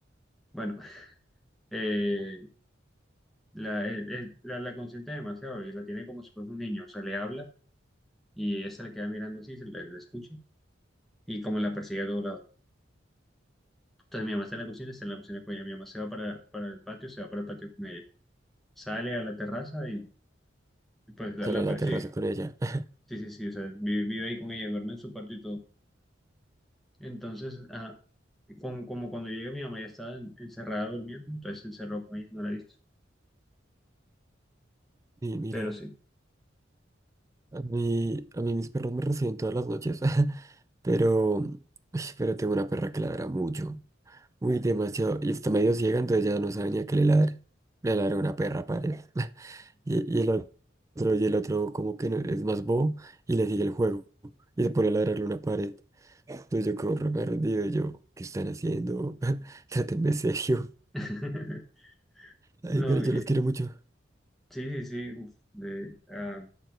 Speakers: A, in the centre; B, on the right (about 15°).
A: Bueno, <laughs> eh, la, eh, eh, la, la consiente demasiado y la tiene como si fuese un niño. O sea, le habla y ella se la queda mirando así, se la la escucha y como la perseguía a todo lado. Entonces mi mamá está en la cocina, está en la cocina con ella. Mi mamá se va para, para el patio, se va para el patio con ella. Sale a la terraza y, y pues la,
B: Sale
A: la
B: a la
A: persigue.
B: terraza con ella. <laughs>
A: Sí, sí, sí, o sea, vi- vive, ahí con ella, duerme en su cuarto y todo. Entonces, ah, como, como cuando llega mi mamá ya estaba en- encerrada durmiendo, entonces se encerró con ella, no la he visto.
B: Y mira,
A: Pero sí.
B: a mí, a mí mis perros me reciben todas las noches, <laughs> pero, uy, pero tengo una perra que ladra mucho, muy demasiado, y está medio ciega, entonces ya no sabe ni a qué le ladra. Le ladra una perra, pared. Y, y el otro, y el otro como que no- es más bobo y le sigue el juego. Y se pone a ladrarle una pared. Entonces yo como re perdido, y yo, ¿qué están haciendo? <laughs> Trátenme serio.
A: <laughs>
B: Ay,
A: No,
B: pero yo
A: eh,
B: los quiero mucho.
A: sí, sí, sí. uf, de, ah,